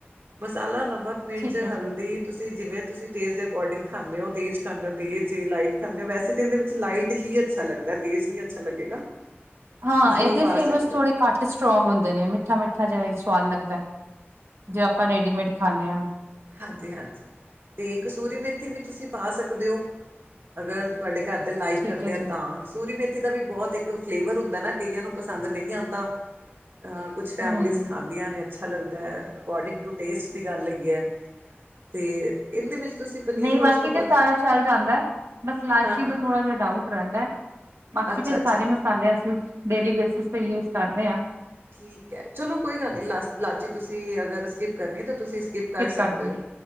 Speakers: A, on the right; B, on the right.
A: ਕਾਲਾ ਨਮਕ, ਮਿਰਚ,
B: ਠੀਕ ਹੈ
A: ਹਲਦੀ
B: ਜੀ
A: ਤੂਸੀ ਜਿਵੇਂ ਤੂਸੀ ਟੇਜ਼ ਦੇ ਅਕੋਡਿੰਗ ਖਾਂਦੇ ਓ, ਤੇਜ ਖਾਂਦੇ ਓ ਤੇਜ, ਜੇ ਲਾਈਟ ਖਾਂਨੇ ਓ, ਵੈਸੇ ਤੇ ਐਂਦੇ ਵਿੱਚ ਲਾਈਟ <unintelligible> ਹੀ ਅੱਛਾ ਲੱਗਦਾ ਤੇਜ਼ ਨੀ ਅੱਛਾ ਲੱਗੇਗਾ।
B: ਹਾਂ,
A: ਤੁਸੀਂ
B: ਏਦੇ
A: ਉਹ ਪਾ
B: ਫ਼ਲੇਵਸ਼
A: ਸਕਦੇ
B: ਥੋੜੇ
A: ਹੋ
B: ਘੱਟ ਸਟੋ੍ਂਗ ਹੁੰਦੇ ਨੇ ਮਿੱਠਾ, ਮਿੱਠਾ ਜੇਆ ਈ ਸਵਾਦ ਲੱਗਦਾ ਐ, ਜੇ ਅਪਾਂ ਰੇਡੀਮੇਟ ਖਾਨੇ ਆਂ।
A: ਹਾਂਜੀ, ਹਾਂਜੀ ਤੇ ਕਸੂਰੀ ਮੇਥੀ ਵੀ ਤੂਸੀ ਪਾ ਸਕਦੇ ਔ, ਅਗਰ ਤੂਆਡੇ ਘਰ ਦੇ ਲਾਈਕ
B: ਠੀਕ
A: ਕਰਦੇ
B: ਹੈ
A: ਆ
B: ਜੀ
A: ਤਾਂ <unintelligible> ਤੂਰੀ ਮੇਥੀ ਦਾ ਵੀ ਬੋਤ ਇੱਕ, ਫ਼ਲੇਵਰ ਹੁੰਦਾ ਏਨਾ ਕਈਆਂ ਨੂੰ ਪਸੰਦ ਨਈ ਆਂਦਾ ਕੁਛ ਫੈ਼ਮਲੀਜ਼
B: ਹਮ
A: ਖਾਂਦੀਆਂ ਨੇ ਅੱਛਾ ਲੱਗਦਾ ਐ, ਅਕੋਡਿੰਗ ਟੂ ਟੇਸਟ ਦੀ ਗੱਲ ਹੈਗੀ ਐ ਤੇ, ਏਂਦੇ ਵਿੱਚ ਤੁਸੀਂ ਪਨੀਰ
B: ਨਹੀਂ ਬਾਕੀ
A: ਉਸ ਤੋਂ ਬਾਅਦ
B: ਤੇ ਸਾਰਾ ਚੱਲ ਜਾਂਦਾ, ਬਸ ਲਾਚੀ
A: ਹਾਂ-ਹਾਂ
B: ਤੇ ਥੋੜਾ ਜੇਆ ਡਾਊਟ ਰੇਂਦਾ ਬਾਕੀ
A: ਅੱਛਾ-ਅੱਛਾ
B: ਦੇ ਸਾਰੇ ਮਸਾਲੇ ਅਸੀ, ਡੇਲੀ ਬੇਸਿਸ ਤੇ ਯੂਜ਼ ਕਾਰਦੇਂ ਆਂ
A: ਠੀਕ ਐ, ਚਲੋ ਕੋਈ ਗੱਲ ਨੀ ਲਾ, ਲਾਚੀ ਤੁਸੀ ਅਗਰ ਸਿਕਿਪ ਕਰਨੀ ਏ ਤੇ ਤੁਸੀ ਸਿਕਿਪ
B: ਸਕਿਪ
A: ਕਾਰ
B: ਕਰਦੇ
A: ਸਕਦੇ ਔ,
B: ਹਾਂ